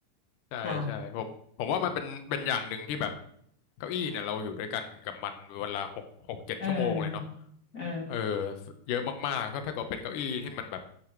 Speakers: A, on the left (about 80°); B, on the left (about 30°).
A: ใช่ใช่ผมผมว่ามันเป็นเป็นอย่างหนึ่งที่แบบ
B: ค่ะ
A: เก้าอี้เนี่ยเราอยู่ด้วยกันกับมันเวลาหกหกเจ็ดชั่วโมงเลยเนาะ
B: เออเออ
A: เออเยอะมากๆถ้าถ้าเกิดเป็นเก้าอี้ที่มันแบบ